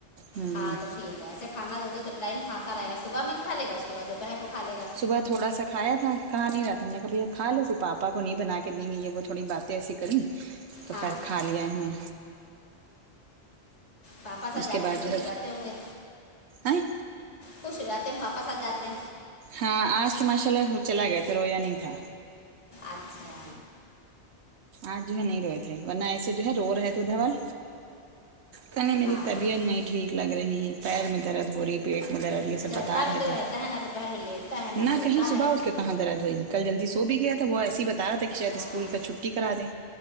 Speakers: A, on the right (about 70°); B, on the left (about 80°).
A: ہوں
B: ہاں تو ٹھیک ہے اس سے کھانا دو دو ٹم کھاتا رہے گا صبح میں کھاے لے گا اس کے بعد دوپہر کو کھا لے گا
A: صبح تھوڑا سا کھایا تھا کھا نہیں رہا تھا ہم نے بولا کھالو پھر پاپا کو نہیں بنا کے دے گے یے وہ تھوڑی باتیں ایسی کاری تو
B: ہاں
A: خیر کھا
B: ہاں
A: لیا انہوں نے
B: پاپا سات
A: اس کے
B: جاتے
A: بعد
B: ہے
A: جو
B: خوش ہو جاتے ہوں گے
A: آئیں
B: خوش ہو جاتے پاپا سات جاتے
A: ہاں آج تو ماشاء اللہ چلا گیا تھا رویا نہیں تھا
B: اچھا
A: آج جو ہے نہیں روئے تھے ورنہ ایسے جو ہے رو رہے تھے دھوال کہیں میری
B: ہاں
A: طبیعت نہیں ٹھیک لگ رہی پیر میں درد ہو رہی پیٹ میں درد ے سب
B: چلتا
A: بتا رہے
B: بھی تو رہتا
A: تھے
B: ہے نہ دوپہر میں لیٹتا ہے
A: نہ
B: سوتا
A: کہیں صبح
B: ہے
A: اٹ کہاں درد ہوئے کل سو بھی گیا تھا وہ ایس ہی بتا رہا تھا کہ شاید
B: ہاں
A: اسکول کا چھٹی کرا دیں